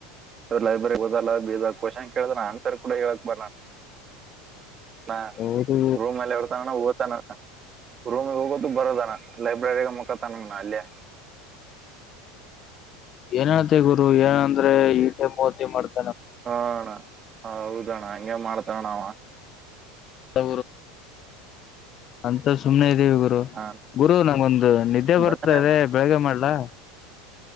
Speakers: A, on the right (about 30°); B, on the left (about 35°).
A: ಲೈಬ್ರರಿಗ್ ಹಓದಲ್ಲ ಬೀದ ಕ್ವಶನ್ ಕೇಳಿದ್ರ ಆನ್ಸರ್ ಕೂಡ ಹೇಳಕ್ ಬರ ಹ
B: ಹೌದು
A: ರೂಮ್ ಅಲ್ಲಿ ಇಡ್ತಾನಣ್ಣ ಓತಾನಣ ರೂಮಗ್ ಹೋಗೋದು ಬರೋದಾನ ಲೈಬ್ರರಿಗ ಮುಖತನಮನ ಅಲ್ಲಯ <inaudible>
B: ಏನ್ತೆ ಗುರು ಏನಂದ್ರೆ ಈಟೆ ಮೂತಿ ಮಾಡ್ತ
A: ಹ ಅಣ್ಣ ಹೌದಣ್ಣ ಹಂಗೆ ಮಾಡ್ತಾರಣಾವ
B: ಸು ಅಂತ ಸುಮ್ಮ್ ದೇವಿ ಗುರು
A: ಹಾ
B: ಗುರು ನಂಗೊಂದು ನಿದ್ದೆ ಬರ್ತ
A: ಬಂದನೆ
B: ಇದೆ ಬೆಳಗ್ಗೆ ಮಾಡ್ಲಾ